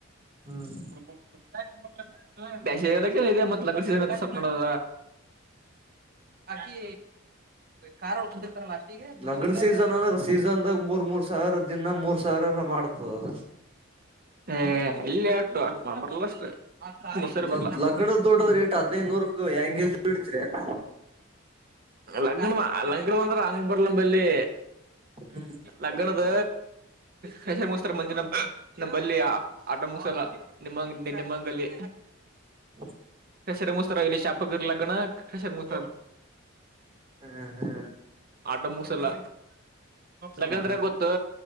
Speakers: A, on the right; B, on the right.
A: ಹ್ಮ್
B: <inaudible> ದ್ಯಾಶಲ್ಲ ಇದೆ ಮತ್ <inaudible> ಲಡ ಮಾಡದ ಆಕಿ ಕಾರ್ ಉಳ್ಕತಿರ್ತಾರಲ್ಲ ಅಷ್ಟಿಗೆ ಕುತ್ಕಂದಾಗ
A: ಲಗ್ನ ಸೀಸನ್ ಅಂದ್ರ ಸೀಸನ್ದಾಗ ಮೂರ್ ಮೂರ್ ಸಾವಿರದ ದಿನ ಮೂರ ಸಾವಿರ ಮಾಡ್ತದ ಅದು
B: ಹ್ಮ ಇಲ್ಲಿ ಬರ್ಲ ಸರಿ
A: ಮತ್
B: ಬ
A: ಲಗ್ನ ದುಡ್ಡ ರೇಟ್ ಹದ್ನೈದು ನೂರಕ್ ಎಂಗೇಜ್ ದುಡಿತ್ರಿ ಏನ.
B: ಲಗ್ನ ಲಂಗಡಂದ್ರ ಅಂಗ ಬರ್ಲ ಬಲ್ಲಿ
A: ಹ್ಮ್
B: ಲಗ್ನದ ಸಸ ಮುಸ್ತಾರ ಮಜಿ ನಮ ನಮ್ ಬಲ್ಲಿಯ ಆಟ ಸಲ ನಿಮ್ಮಂಗ ನಿಮ್ಮಂಗಲ್ಲಿ
A: <inaudible>
B: ಕಷರ್ಮಸ್ತ ರಲಿ ಶಾಪ ಗಲ್ಲಗಣ ಕಷರ್ಮಸ್ತ
A: ಹ್ಮ್ ಹ್ಮ್
B: ಆಟ ಮೋಗ ಸಿಲ್ಲ ಲಗ್ಂದ್ರಾಗ
A: ಹ್ಮ್
B: ಗೊತ್ತು